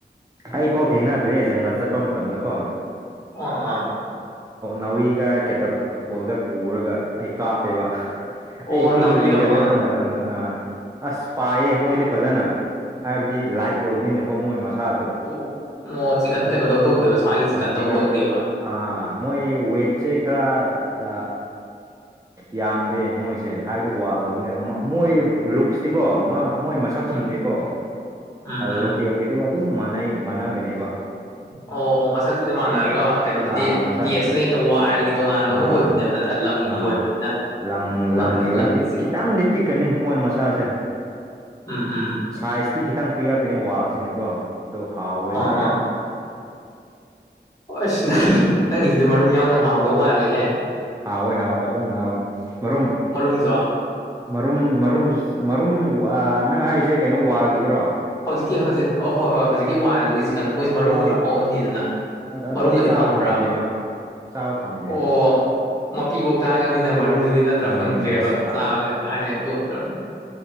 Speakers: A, on the right; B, on the left.
A: ꯑꯩ ꯄꯥꯎ ꯊꯦꯡꯅꯈ꯭ꯔꯦ ꯖꯪꯒꯥ ꯆꯠꯄ ꯃꯇꯝꯗꯀꯣ
B: ꯑꯥ ꯑꯥ
A: ꯅꯥꯎꯔꯤꯒ ꯀꯦꯇ ꯄꯨꯜꯒ ꯄꯨꯔꯒ ꯑꯩ ꯀꯥꯞꯄꯦꯕ
B: ꯑꯣ
A: ꯑꯩ ꯄꯤꯛꯁꯨꯨ
B: ꯅꯥꯎꯔꯤꯗꯣ
A: ꯄꯤꯛ ꯔꯗꯥꯗꯣ
B: ꯑꯥ
A: ꯃ ꯇꯝꯗ ꯑꯥ ꯑꯁ ꯄꯥꯏꯌꯦ ꯃꯣꯏꯗꯤ ꯐꯖꯅ ꯍꯥꯏꯕꯗꯤ ꯂꯥꯏꯛ ꯑꯣꯏꯕꯅꯤꯅꯀꯣ ꯃꯣꯏ ꯃꯁꯥꯗꯣ
B: ꯑꯣ ꯑꯣ ꯆꯤꯛꯀꯟ
A: ꯑꯗꯣ
B: ꯀꯩꯅꯣꯗꯧ ꯇꯧꯗꯦꯕ ꯁ꯭ꯋꯥꯏꯒꯤ ꯆꯤꯛꯀꯟꯗꯧ
A: ꯆꯤꯀꯟ
B: ꯇꯧꯗꯦꯕ
A: ꯑꯥ ꯃꯣꯏ ꯋꯦꯠꯁꯦ ꯈꯔ ꯌꯥꯝꯗꯦ ꯃꯣꯏꯁꯦ ꯍꯥꯏꯕꯗꯤ ꯋꯥ ꯑꯣꯏꯕꯅꯤꯅ ꯃꯣꯏ ꯂꯨꯛꯁꯇꯤꯀꯣ ꯃꯣꯏ ꯁꯛꯁꯤꯡꯁꯤꯀꯣ
B: ꯎꯝ ꯎꯝ ꯎꯝ
A: ꯂꯣꯀꯦꯜꯒꯤꯗꯨ ꯑꯗꯨꯝ ꯃꯅꯩ ꯃꯥꯟꯅꯒꯅꯦꯕ
B: ꯑꯣ ꯑꯣ ꯃꯁꯛ ꯇꯨꯗꯤ ꯃꯥꯟꯅꯔꯒ ꯀꯩꯅꯣꯗꯨꯗꯤ
A: ꯑꯥ ꯃꯁꯛꯇꯨꯗꯤ
B: ꯇꯦꯁꯇꯨ ꯍꯦꯛꯇ ꯋ꯭ꯑꯥꯏꯜꯒꯤ ꯇꯣꯉꯥꯟꯕ ꯑꯃ
A: ꯑꯥ
B: ꯑꯣꯏꯕꯗꯨꯅꯦꯕ ꯅꯠꯇ꯭ꯔ ꯂꯝꯒꯤ
A: ꯑꯥ
B: ꯑꯣꯏꯕꯅꯤꯅ
A: ꯂꯝ
B: ꯇꯣꯉꯥꯟꯕꯅꯦ
A: ꯂꯝꯒꯤ ꯑꯣꯏꯅ
B: ꯆꯤꯛ
A: ꯈꯤꯇꯪꯗꯤ ꯄꯤꯛꯀꯅꯤ ꯃꯣꯏ ꯃꯁꯥꯁꯦ
B: ꯎꯝ ꯎꯝ
A: ꯁꯥꯏꯖꯇꯤ ꯈꯤꯇꯪ ꯄꯤꯔꯛꯀꯅꯤ ꯋꯥꯜꯁꯤꯅꯀꯣ ꯑꯗꯣ ꯍꯥꯎꯁꯤꯗꯤ
B: ꯑꯥ ꯑꯣꯁ ꯅꯪꯒꯤꯁꯤꯗꯤ ꯃꯔꯨꯝ ꯌꯥꯎꯅ ꯍꯥꯎꯗꯧ ꯃꯥꯜꯂꯦꯍꯦ
A: ꯍꯥꯎꯋꯦ ꯍꯥꯎꯋꯦ ꯐꯖꯅ ꯍꯥꯎꯋꯦ ꯃꯔꯨꯝ
B: ꯃꯔꯨꯝꯁꯨ
A: ꯃꯔꯨꯝ ꯃꯔꯨꯝꯁꯨ ꯃꯔꯨꯝ ꯅꯪ ꯍꯥꯏꯁꯦ ꯀꯩꯅꯣ ꯋꯥꯜꯒꯤꯗꯨꯔꯣ
B: ꯍꯧꯖꯤꯛꯀꯤ ꯍꯧꯖꯤꯛ ꯑ ꯍꯣꯏ ꯍꯣꯏ ꯍꯧꯖꯤꯛꯀꯤ ꯋꯥꯏꯜꯗꯨꯒꯤ ꯆꯤꯛꯀꯟꯗꯣ ꯃꯣꯏꯁꯨ ꯃꯔꯨꯝꯕꯨꯗꯤ
A: ꯋꯥ
B: ꯀꯣꯛꯑꯝꯅꯤꯗꯅ
A: ꯑꯗ ꯑꯗꯨꯗꯤ
B: ꯃꯅꯨꯡꯒꯗꯤ
A: ꯆꯥꯕ
B: ꯐꯪꯕ꯭ꯔꯥꯕ
A: ꯐꯪꯗ꯭ꯔꯦ ꯚꯥꯏ ꯆꯥꯕ ꯐꯪꯗ꯭ꯔꯦ
B: ꯑꯣ
A: ꯑꯗꯨꯗꯤ
B: ꯃꯄꯤꯐꯧ ꯇꯥꯡꯉꯕꯅꯤꯅ ꯃꯔꯨꯝꯗꯨꯗꯤ ꯅꯠꯇ꯭ꯔꯥ
A: ꯎꯝ
B: ꯐꯪꯗ꯭ꯔꯦꯕ
A: ꯑꯁ
B: ꯆꯥꯕꯁꯦ ꯀꯥꯏ ꯂꯣꯠꯇ꯭ꯔꯕꯅꯣ